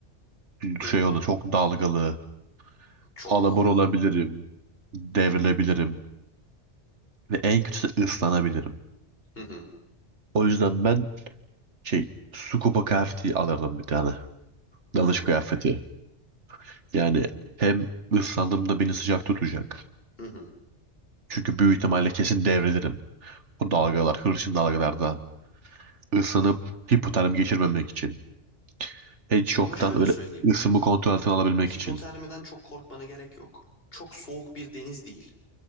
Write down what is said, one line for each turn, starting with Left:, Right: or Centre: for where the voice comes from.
Left: Hı
Right: Şey
Left: hı.
Right: olur çok dalgalı.
Left: Çok
Right: Alabor
Left: dalgalı.
Right: olabilirim. Devrilebilirim. Ve en kötüsü ıslanabilirim.
Left: Hı hı.
Right: O yüzden ben şey scuba kıyafeti alırdım bir tane.
Left: Uy.
Right: Dalış kıyafeti. Yani hem ıslandığımda beni sıcak tutacak.
Left: Hı hı.
Right: Çünkü büyük ihtimalle kesin devrilirim. O dalgalar, hırçın dalgalarda ısınıp hipotermi geçirmemek için. Heat shock'tan
Left: Ama şöyle
Right: öyle
Left: söyleyeyim.
Right: ısımı kontrol altına alabilmek
Left: Hipotermiden
Right: için.
Left: çok korkmana gerek yok. Çok soğuk bir deniz değil.